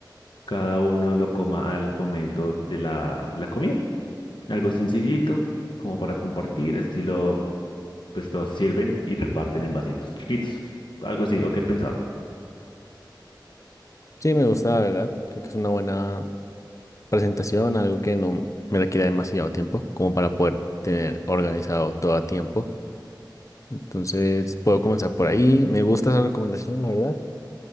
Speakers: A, on the left; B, on the left.
A: cada uno lo coma al momento de la, la comida. Algo sencillito, como para compartir, estilo, pues todos sirven y reparten en vasitos chiquitos. Algo así, ¿o qué has pensado?
B: Sí, me gusta, la verdad. Creo que es una buena presentación, algo que no me requiera demasiado tiempo, como para poder tener organizado todo a tiempo. Entonces puedo comenzar por ahí. Me gusta esa recomendación, la verdad,